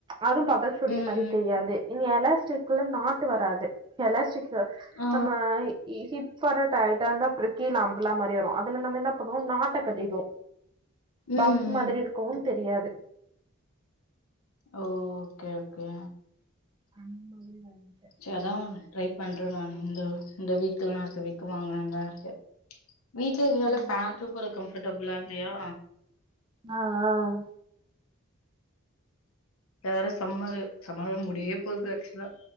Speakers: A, on the right; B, on the left.
A: அதுவு பாத்தா சுடி
B: ம்.
A: மாரி தெரியாது இனி எலாஸ்டிக்குள்ள நாட்டு வராது எலாஸ் து
B: ஆ.
A: நம்ம ஹிப் ப் வர டைட்டா இருந்தா அப்புறொ கீழ அம்ப்ரெல்லா மாரி வரும் அதுல நம்ம என்ன பண்ணுவோ நாட்ட கட்டிடுவோ
B: ம்.
A: பஃப் மாதிரி இருக்கு தெரியாது
B: ஓ ஓகே ஓகே
A: அந்த மாரி வாங்கிட்டே
B: சேரி அதா ட்ரை பண்றே நானு இந்த இந்த வீக்கு இல்லன்னா அடுத்த வீக்கு வாங்கலா தா இருக்கே வீட்ல இருக்கிறதுனால
A: ம்
B: பேண்ட்டு போட கம்பர்டபிலா இல்லையா
A: ஆஹ் அஹ்
B: வேற சம்மரு சம்ம முடிய போகுது ஆக்சுவலா